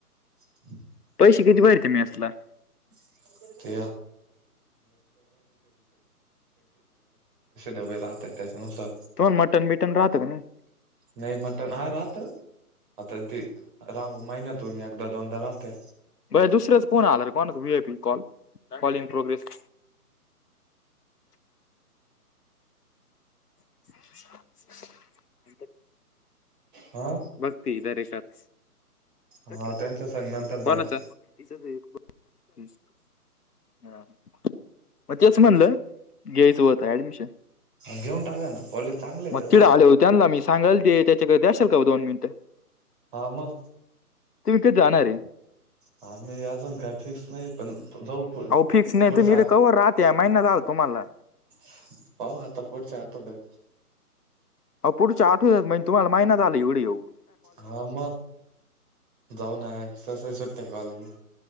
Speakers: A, on the right; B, on the left.
A: <inaudible>
B: पैसे किती भरती मेसला?
A: <unintelligible> कसे? डबे राहतात. त्याच्यानुसार,
B: तुम्हाला मटन बिटन राहतं का नाही
A: नाही मटन हा राहतो. आता ती राहू महिन्यातून एकदा दोनदा राहत्या.
B: बर दुसरेच फोन आला कोण? V I P call call इंग प्रोग्रेस. <inaudible>
A: हा
B: भघ ती दरेकर. <unintelligible>
A: हा
B: क
A: त्यांच्या संग नंतर बोला
B: कोणाचं? तिचा <unintelligible> हा. मग तेच म्हणलं, घ्यायचं होतं ऍडमिशन.
A: घेऊन टाका. ना कॉलेज. चांगलं आहे
B: मग
A: त्याचं
B: तिकडे आल्यावर त्यांना मी सांगल ते, त्याच्याकडे देशील का ओ दोन मिनिटं?
A: हा मग.
B: तुम्ही कधी जाणार आहे
A: हा. मी अजून काय? फिक्स नाही पण जाऊ.
B: अहो फिक्स
A: पुढच्या
B: नाही तर मीले कवर राहत्या, महिना झालं तुम्हाला.
A: <inaudible> पाहू आता? पुढच्या आठवड्यात.
B: अहो पुढच्या आठवड्यात म्हणजे तुम्हाला महिना झाला. ना तुम्हाला इथे येऊन.
A: हा. मग, जाऊ नाय तशाही सुट्ट्या आहेत. कॉलेजला.